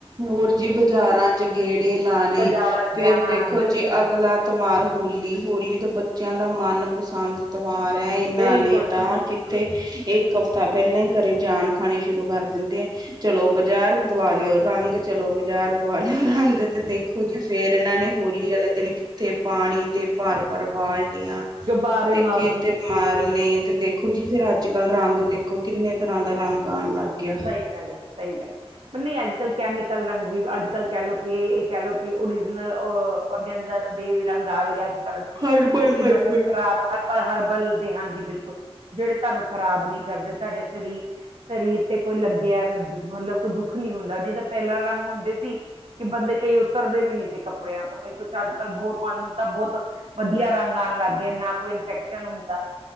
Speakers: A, on the right (about 40°); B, on the right (about 70°).
A: ਹੋਰ ਜੀ, ਬਾਜ਼ਾਰਾਂ 'ਚ ਗੇੜੇ ਲਾਣੇ,
B: ਬਾਜ਼ਾਰਾਂ 'ਚ
A: ਫਿਰ
B: ਜਾਣਾ
A: ਦੇਖੋ
B: ਬਿਲਕੁਲ
A: ਜੀ ਅਗਲਾ ਤਿਉਹਾਰ ਹੋਲੀ, ਹੋਲੀ ਤੋਂ ਬੱਚਿਆਂ ਦਾ ਮਨ ਪਸੰਦ ਤਿਉਹਾਰ ਹੈ, ਇਹਨਾਂ
B: ਬਿਲਕੁਲ
A: ਨੇ ਤਾਂ
B: ਜੀ ਬਿਲਕੁਲ
A: ਇੱਕ ਹਫਤਾ ਪਹਿਲਾਂ ਹੀ, ਘਰੇ ਜਾਨ ਖਾਣੀ ਸ਼ੁਰੂ ਕਰ ਦਿੰਦੇ ਆ ਚਲੋ ਬਾਜ਼ਾਰ, ਦਵਾ ਲਿਓ ਰੰਗ, ਚਲੋ ਬਾਜ਼ਾਰ, ਦਵਾ ਲਿਓ ਰੰਗ, ਤੇ ਦੇਖੋ ਜੀ ਫਿਰ ਫਿਰ ਇਹਨਾਂ ਨੇ ਹੋਲੀ ਵਾਲੇ ਦਿਨ, ਕਿੱਥੇ ਪਾਣੀ ਦੇ ਭਰ-ਭਰ ਬਾਲਟੀਆਂ
B: ਗੁਬਾਰੇ
A: ਟਿਕੀਟ
B: ਮਾਰਨੇ
A: <unintelligible> ਮਾਰਨੇ ਤੇ ਦੇਖੋ ਜੀ, ਫਿਰ ਅੱਜ ਕੱਲ ਰੰਗ ਦੇਖੋ, ਕਿੰਨੇ ਤਰ੍ਹਾਂ ਦਾ ਰੰਗ ਆਉਣ ਲੱਗ ਗਿਆ।
B: ਸਹੀ ਗੱਲ ਹੈ, ਸਹੀ ਗੱਲ। ਪਰ ਨਹੀਂ, ਅੱਜ ਕੱਲ ਕੈਮੀਕਲ ਰੰਗ ਵੀ, ਅੱਜ ਕੱਲ ਕਹਿ ਲੋ ਕਿ, ਇਹ ਕਹਿ ਲੋ ਕਿ ਓਰੀਜਨਲ ਔਰਗੈਨ ਦੇ ਵੀ ਰੰਗ ਆ ਰਹੇ ਆ ਅੱਜ ਕੱਲ ਅੇਥੇ,
A: ਹਰਬਲ
B: ਕਿ
A: ਹਰਬਲ
B: ਮਤਲੱਬ ਖਰਾਬ ਹਰ ਪਰ ਹਰਬਲ ਦੇ ਹਾਂਜੀ ਬਿਲਕੁੱਲ, ਜਿਹੜੇ ਤੁਹਾਨੂੰ ਖਰਾਬ ਨਹੀਂ ਕਰਦੇ, ਤੁਹਾਡੇ ਸਰੀਰ-ਸਰੀਰ ਤੇ ਕੋਈ ਲੱਗਿਆ ਮਤਲੱਬ ਕੋਈ ਦੁੱਖ ਨੀ ਹੁੰਦਾ ਨਹੀਂ ਤਾਂ ਪਹਿਲਾਂ ਰੰਗ ਹੁੰਦੇ ਸੀ। ਕਿ ਬੰਦੇ ਕਈ ਉਤਰਦੇ ਵੀ ਨੀ ਸੀ ਕੱਪੜਿਆਂ ਤੋਂ ਕਈ ਕੁੱਛ ਅੱਜ ਕੱਲ ਬੋਤ ਸਾਨੂੰ ਤਾਂ ਬਹੁਤ ਵਧੀਆ ਰੰਗ ਆਣ ਲੱਗ ਗਏ ਨਾ ਕੋਈ ਇਨਫੈਕਸ਼ਨ ਹੁੰਦਾ।